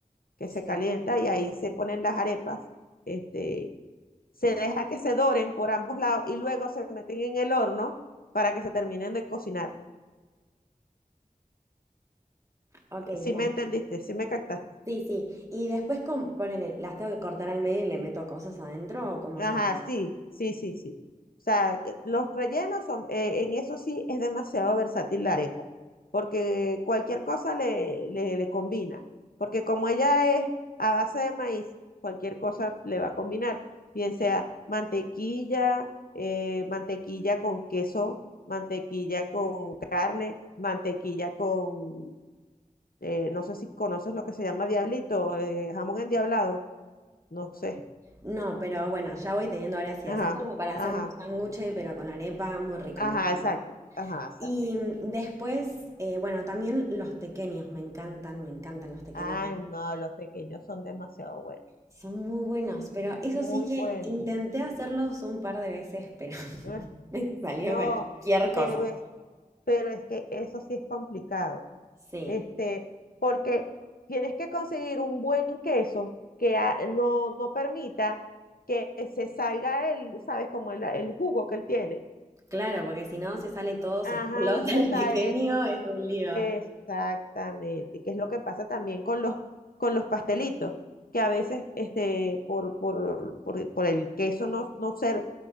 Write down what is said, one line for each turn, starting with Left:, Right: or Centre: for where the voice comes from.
Left: Que
Right: sí,
Left: se calienta y ahí se ponen las arepas, este, se deja que se doren por ambos lados y luego se meten en el horno para que se terminen de cocinar.
Right: ok,
Left: Si
Right: bien.
Left: me entendiste, si me captaste.
Right: Sí, sí. Y después, con, ponele, ¿las tengo que cortar al medio y le meto cosas adentro o cómo
Left: Ajá,
Right: se hace?
Left: sí, sí, sí, sí. O sea, eh, los rellenos son, eh, en eso sí es demasiado versátil la arepa, porque cualquier cosa le, le, le combina, porque como ella es a base de maíz, cualquier cosa le va a combinar, bien sea mantequilla, eh, mantequilla con queso, mantequilla con carne, mantequilla con, eh, no sé si conoces lo que se llama diablito, eh, jamón endiablado, no sé.
Right: No, pero bueno, ya voy teniendo varias ideas.
Left: Ajá.
Right: Es como para hacerme
Left: Ajá.
Right: un sándwich, pero con la arepa, muy rico,
Left: Ajá,
Right: me encanta.
Left: exacto. Ajá, exacto.
Right: Y mm, después, eh, bueno, también los tequeños, me encantan, me encantan los tequeños.
Left: Ay, no, los pequeños son demasiado buenos.
Right: Son muy buenos, pero eso
Left: Muy
Right: sí que
Left: buenos.
Right: intenté hacerlos un par de veces, pero <laughs>
Left: Ugh,
Right: me salió
Left: no,
Right: cualquier cosa.
Left: pero es, pero es que eso sí es complicado.
Right: Sí,
Left: Este, porque tienes que conseguir un buen queso que ah, no, no permita que se salga el, ¿sabes? Como el, el jugo que él tiene.
Right: claro, porque si no se sale todo, se
Left: Ajá,
Right: explota
Left: o sea,
Right: el
Left: está-
Right: pequeño, es un lío.
Left: exactamente. Que es lo que pasa también con los, con los pastelitos, que a veces este, por, por, por, por el queso no, no ser,